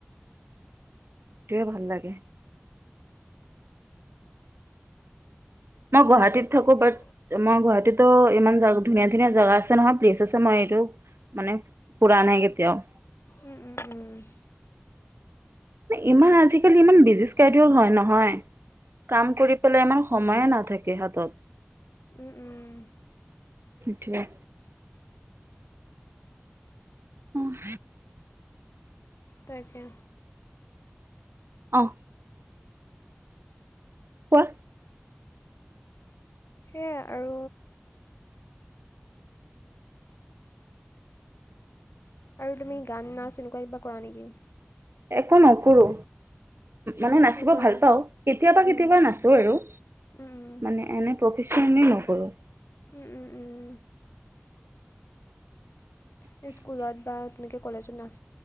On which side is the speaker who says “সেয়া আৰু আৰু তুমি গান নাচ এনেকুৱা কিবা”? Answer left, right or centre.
Left